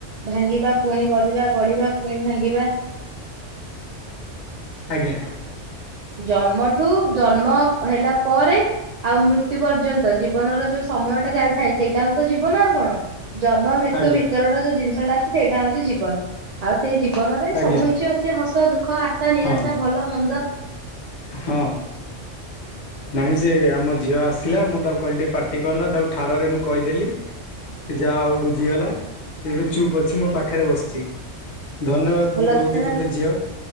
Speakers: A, on the right; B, on the left.
A: ଭାଙ୍ଗିବା ପୁଣି ଗଢିବା ଗଢିବା ପୁଣି ଭାଙ୍ଗିବା
B: ଆଜ୍ଞା।
A: ଜନ୍ମଠୁ ଜନ୍ମ ହେଲା ପରେ ଆଉ ମୃତ୍ୟୁ ପର୍ଯ୍ୟନ୍ତ ଜୀବନର ଯୋଉ ସମୟ ଟା ଚାଲିଥାଏ ସେଇଟା ହଉ ତ ଜୀବନ ଆଉ କଣ। ଜନ୍ମ ମୃତ୍ୟୁ
B: ଆଜ୍ଞା
A: ଭିତରର ଯୋଉ ଜିନିଷଟା ଅଛି ସେଇଟା ହଉଛି ଜୀବନ। ଆଉ ସେଇ ଜୀବନରେ
B: ଆଜ୍ଞା
A: ସବୁ କିଛି ଅଛି ହସ ଦୁଃଖ ଆଶା ନିରାଶା
B: ହଁ
A: ଭଲ ମନ୍ଦ
B: ହଁ। ନାଇଁ ସେ ଆମ ଝିଅ ଆସିଲା ମୁଁ ତାକୁ କହିଲି ଟିକେ ପାଟି କରନା ତାକୁ ଠାରରେ ମୁଁ କହିଦେଲି। ସେ ଯାହା ହଉ ବୁଝିଗଲା ସେ ଏବେ ଚୁପ୍ ଅଛି ମୋ ପାଖରେ ବସିଛି। ଧନ୍ୟବାଦ
A: ଭଲ
B: ମୁଁ ଦଉଛି
A: କଥା ନା
B: ତୋତେ
A: ଆଉ।
B: ଝିଅ